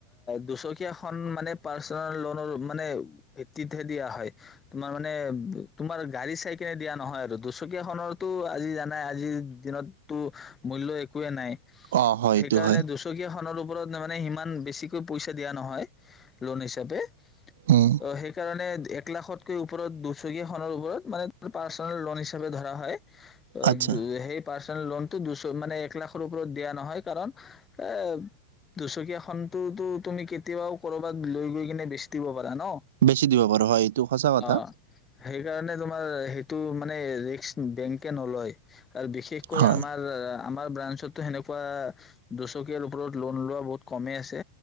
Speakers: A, on the left (about 20°); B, on the right (about 60°).
A: দুচকীয়া খন মানে পাৰ্চনেল ল'নৰ মানে ভিত্তিতহে দিয়া হয়, তোমাৰ মানে তোমাৰ গাড়ী চাই কিনে দিয়া নহয় আৰু দুচকীয়া খনৰতো আজি জানাই আজিৰ দিনতটো মূল্য একোৱেই নাই। সেইকাৰণে
B: অ হয় এইটো হয়
A: দুচকীয়া খনৰ ওপৰত মানে ইমান বেছিকৈ পইচা দিয়া নহয়। ল'ন হিচাপে,
B: উম
A: অ', সেইকাৰণে এক এক লাখতকৈও ওপৰত দুচকীয়াখনৰ ওপৰত, মানে পাৰ্চনেল ল'ন হিচাপে ধৰা হয়। অ,
B: আচ্ছা
A: দু, সেই পাচ ল'নটো দুচ, মানে এক লাখৰ ওপৰত দিয়া নহয়, কাৰণ এ দুচকীয়া খনতোতো তুমি কেতিয়াও কৰ'বাত লৈ গৈ কেনে বেচি দিব পাৰা। ন
B: বেছি দিব পাৰো হয়, এইটো সঁচা
A: অ',
B: কথা।
A: সেইকাৰণে তোমাৰ সেইটো মানে ৰিস্ক বেংকে নলয়। আৰু বিশেষকৈ
B: হয়
A: আমাৰ আমাৰ ব্ৰাঞ্চত সেনেকুৱা দুচকীয়াৰ ওপৰত ল'ন লোৱা বহুত কমেই আছে